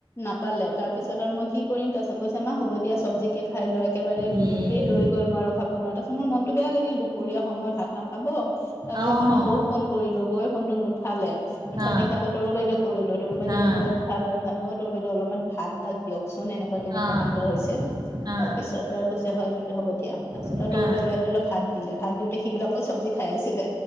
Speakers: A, on the left; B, on the right.
A: নাপালে তাৰপিছত তাৰপছত আৰু মই কি কৰিম তাৰপিছত কৈছে মা হ'ব দিয়া চবজিকে খাই ল একেবাৰে
B: ইয়ে
A: গোটেই দৈ গ'ল মই আৰু খাব নোৱাৰো তাৰছ মৰ মনতটো বেয়া লাগিল দুপৰীয়া সময় ভাত নাখাব তাৰপিছত
B: অ'
A: প্ৰথম বৌক ফোন কৰিলো বৌক ফোনটো নুঠালে নুঠা
B: অ'
A: দেখি আকৌ তৰু বাইদেউক কৰিলো তৰু বাইদেউক
B: অ'
A: যেনিবা উঠালে উঠা নে তোৰ বাইদে অলপমান ভাত তাত দিয়ক চোন এনেকোৱা তেনেকোৱা
B: অ'
A: কাণ্ড হৈছে
B: অ'
A: তাৰ পিছত আৰু কৈছে হয় নেকি হ'ব দিয়া তাৰ পিছত
B: অ'
A: তৰু বাইদে অল ভাত দিলে ভাত দিওঁতে সি বোলে অকল চব্জি খাই আছিলে